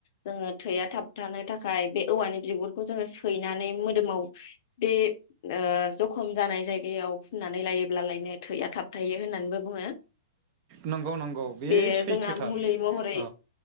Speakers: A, on the left; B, on the right.
A: जोङो थैया थाबथानो थाखाय बे औवानि बिगुरखौ जोङो सैनानै मो मोदोमाव बे जखम जानाय जायगायाव फुननानै लायोब्लालायनो थैया थाबथायायो होननानैबो बुङो
B: नंगौ नंगौ बे
A: बेयो
B: सैथोथार
A: जोंहा मुलि महरै
B: औ